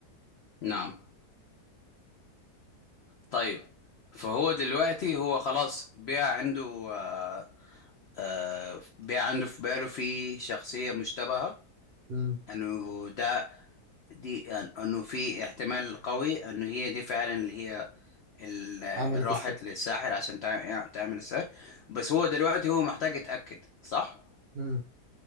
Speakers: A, on the left; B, on the right.
A: نعم طيب فهو دلوقتي هو خلاص بقى عنده آه آه بقى عنده في باله في شخصية مشتبهة
B: امم
A: انه ده دي أن- انه في احتمال قوي انه هي دي فعلا اللي هي ال- اللي
B: عملت
A: راحت
B: السر
A: للساحر عشان تع- تعمل السحر بس هو دلوقتي هو محتاج يتأكد صح
B: امم